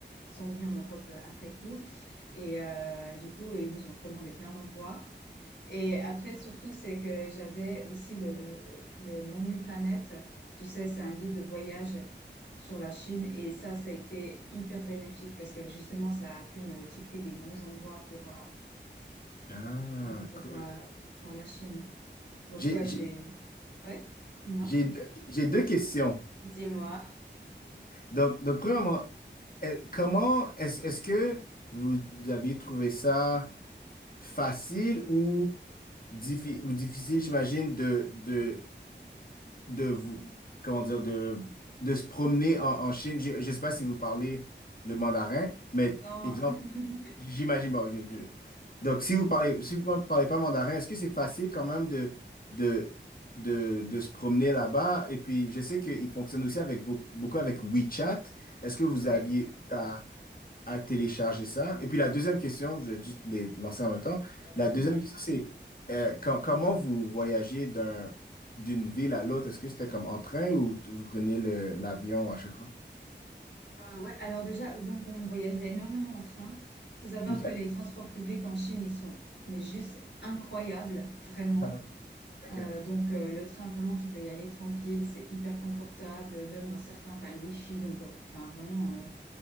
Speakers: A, on the left; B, on the left.
A: ils sont venus en Europe après coup. Et euh, du coup, ils nous ont recommandé plein d'endroits. Et après, surtout, c'est que j'avais aussi le, le Lonely Planet. Tu sais, c'est un guide de voyage sur la Chine. Et ça, ça a été hyper bénéfique parce que justement, ça a pu me tilter des bons endroits pour, euh,
B: Ah,
A: du coup, pour
B: cool.
A: faire, faire la Chine. Donc,
B: J'ai,
A: ouais, j'ai...
B: j'ai,
A: Ouais, dis-moi.
B: j'ai deux, j'ai deux questions.
A: Dis-moi.
B: Donc, donc premièrement, eh, comment est-ce, est-ce que vous aviez trouvé ça? facile ou, diffi- ou difficile, j'imagine, de, de, de vous, comment dire, de, de se promener en, en Chine. Je ne sais pas si vous parlez le mandarin, mais
A: Non,
B: exemple,
A: <laughs>
B: J'imagine pas. ok, je- Donc, si vous parlez, si vous parlez pas mandarin, est-ce que c'est facile quand même de, de, de, de se promener là-bas? Et puis, je sais qu'ils fonctionnent aussi avec beau- beaucoup avec WeChat. Est-ce que vous
A: ouais,
B: aviez à, à télécharger ça? Et puis, la deuxième question, je vais juste les lancer en même temps.
A: vas-y.
B: La deuxième question, c'est euh, quand- comment vous voyagez d'un, d'une ville à l'autre? Est-ce que c'était comme en train ou t- vous prenez le, l'avion à chaque fois?
A: Ah ouais, alors déjà, donc on voyageait énormément en train. Il faut savoir
B: OK.
A: que les transports publics en Chine, ils sont mais juste incroyables, vraiment.
B: <laughs> OK.
A: Euh, donc euh, le train, vraiment, tu peux y aller tranquille, c'est hyper confortable. euh, Même dans certains, tu as le wifi, donc euh, enfin vraiment euh,